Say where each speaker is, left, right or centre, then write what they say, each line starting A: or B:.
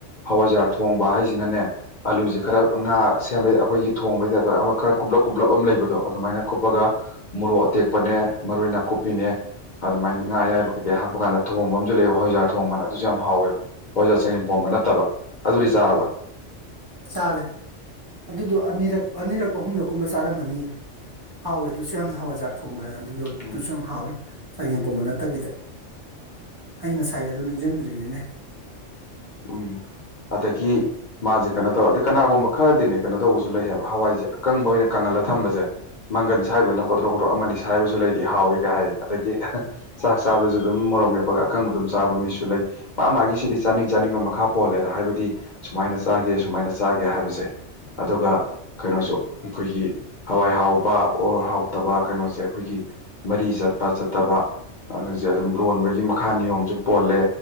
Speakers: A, on the left; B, on the right.
A: ꯍꯋꯥꯏꯖꯥꯔ ꯊꯣꯡꯕ ꯍꯥꯏꯁꯤꯅꯅꯦ ꯑꯂꯨꯁꯦ ꯈꯔ ꯉꯥ ꯁꯦꯝꯕꯩ ꯑꯩꯈꯣꯏꯒꯤ ꯊꯣꯡꯕꯩ ꯇꯥꯏꯐꯇ ꯈꯔ ꯀꯨꯞꯂꯞ ꯀꯨꯞꯂꯞ ꯑꯃ ꯂꯩꯕꯗꯣ ꯑꯗꯨꯃꯥꯏꯅ ꯀꯨꯞꯄꯒ ꯃꯣꯔꯣꯛ ꯑꯇꯦꯛꯄꯅꯦ ꯃꯔꯣꯏ ꯅꯥꯀꯨꯞꯄꯤꯅꯦ ꯑꯗꯨꯃꯥꯏꯅ ꯉꯥ ꯑꯌꯥꯏꯕ ꯀꯩꯀꯩ ꯍꯥꯞꯄꯀꯥꯟꯗ ꯊꯣꯡꯕ ꯑꯃꯁꯨ ꯂꯩꯕ ꯍꯋꯥꯏꯖ꯭ꯥꯔ ꯊꯣꯡꯕꯅ ꯑꯗꯨꯁꯨ ꯌꯥꯝ ꯍꯥꯎꯋꯦꯕ ꯍꯋꯥꯏꯖ꯭ꯔ ꯆꯒꯦꯝ ꯄꯣꯝꯕ ꯅꯠꯇꯕ ꯑꯗꯨꯗꯤ ꯆꯥꯔꯕ
B: ꯆꯔꯦ ꯑꯗꯨꯗꯣ ꯑꯅꯤꯔꯛ ꯑꯅꯤꯔꯛ ꯑꯍꯨꯝꯂꯛ ꯀꯨꯝꯕ ꯆꯥꯔꯝꯃꯅꯤ ꯍꯥꯎꯋꯦ ꯑꯗꯨꯁꯨ ꯌꯥꯝꯅ ꯍꯋꯥꯏꯖ꯭ꯔ ꯊꯣꯡꯕꯅ ꯑꯗꯨꯖꯨ ꯑꯗꯨꯁꯨ
A: ꯎꯝ
B: ꯌꯥꯝ ꯍꯥꯎꯋꯦ ꯆꯥꯒꯦꯝꯄꯣꯝꯕ ꯅꯠꯇꯕꯤꯗ ꯑꯩ ꯉꯁꯥꯏ ꯑꯗꯨ ꯅꯤꯡꯖꯪꯗ꯭ꯔꯤꯅꯤꯅꯦ
A: ꯎꯝ ꯑꯗꯒꯤ ꯃꯥꯁꯦ ꯀꯩꯅꯣ ꯇꯧꯔ ꯑꯗꯒꯤ ꯀꯅꯥꯒꯨꯝꯕ ꯈꯔꯗꯤꯅꯦ ꯀꯩꯅꯣ ꯇꯧꯕꯁꯨ ꯂꯩ ꯍꯥꯏꯕ ꯍꯋꯥꯏꯁꯦ ꯑꯀꯪꯕ ꯑꯣꯏꯅ ꯀꯪꯍꯜꯂ ꯊꯝꯕꯁꯦ ꯃꯪꯒꯟ ꯁꯥꯏꯕꯗꯧꯅ ꯀꯣꯗ꯭ꯔꯣꯛ ꯀꯣꯗ꯭ꯔꯣꯛ ꯑꯃꯅꯤ ꯁꯥꯏꯕꯁꯨ ꯂꯩꯔꯤꯌꯦ ꯍꯥꯎꯋꯦ ꯀ ꯍꯥꯏ ꯑꯗꯒꯤ ꯆꯥꯛ ꯆꯥꯕꯗꯁꯨ ꯑꯗꯨꯝ ꯃꯣꯔꯣꯛ ꯃꯦꯠꯄꯒ ꯑꯀꯪꯕ ꯑꯗꯨꯝ ꯆꯥꯕ ꯃꯤꯁꯨ ꯂꯩ ꯃꯥ ꯃꯥꯒꯤ ꯁꯤꯗꯤ ꯆꯥꯅꯤꯡ ꯆꯥꯅꯤꯡꯕ ꯃꯈꯥ ꯄꯣꯜꯂꯦꯗ ꯍꯥꯏꯕꯗꯤ ꯁꯨꯃꯥꯏꯅ ꯆꯥꯒꯦ ꯁꯨꯃꯥꯏꯅ ꯆꯥꯒꯦ ꯍꯥꯏꯕꯁꯦ ꯑꯗꯨꯒ ꯀꯩꯅꯣꯁꯨ ꯑꯩꯈꯣꯏꯒꯤ ꯍꯋꯥꯏ ꯍꯥꯎꯕ ꯑꯣꯔ ꯍꯥꯎꯇꯕ ꯀꯩꯅꯣꯁꯦ ꯑꯩꯈꯣꯏꯒꯤ ꯃꯔꯤ ꯆꯠꯄ ꯆꯠꯇꯕ <unintelligible> ꯑꯗꯨꯝ ꯂꯣꯟꯕꯒꯤ ꯃꯈꯥ ꯅꯤꯌꯣꯝꯁꯨ ꯄꯣꯜꯂꯦ